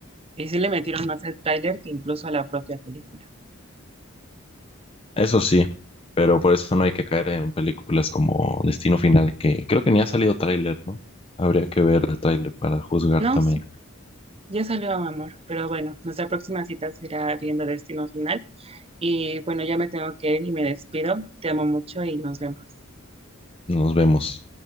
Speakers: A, on the right; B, on the left.
A: y sí le metieron más al tráiler que incluso a la propia película.
B: Eso sí, pero por eso no hay que caer en películas como Destino Final, que creo que ni ha salido tráiler, ¿no? Habría que ver el tráiler para juzgar
A: No,
B: también.
A: sí, ya salió amor. Pero bueno, nuestra próxima cita será viendo Destino Final. Y bueno, ya me tengo que ir y me despido. Te amo mucho y nos vemos.
B: Nos vemos.